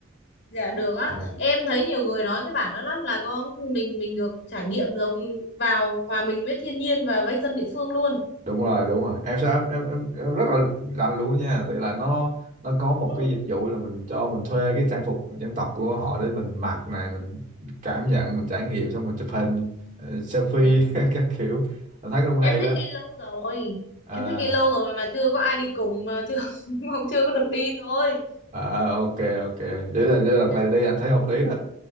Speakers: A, on the left; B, on the right.
A: dạ được á.
B: Ờ.
A: Em thấy nhiều người nói cái bản đó lắm là có mình mình được trải nghiệm giống vào hòa mình với thiên nhiên và với dân địa phương luôn.
B: đúng rồi đúng rồi em sẽ em, em, em rất là rành luôn á nha tại là nó nó có một
A: Ừ.
B: cái dịch vụ là mình cho mình thuê cái trang phục dân tộc của họ để mình mặc này mình cảm nhận mình trải nghiệm xong mình chụp hình ờ, selfie
A: Dạ.
B: <laughs> các kiểu anh thấy cũng hay
A: Em
B: đó
A: thích đi lâu rồi.
B: à,
A: Em thích đi lâu rồi mà chưa có ai đi cùng mà chưa <laughs> không chưa có được đi thôi.
B: à ok ok vậy là vậy là đợt
A: Dạ.
B: này đi anh thấy hợp lý đó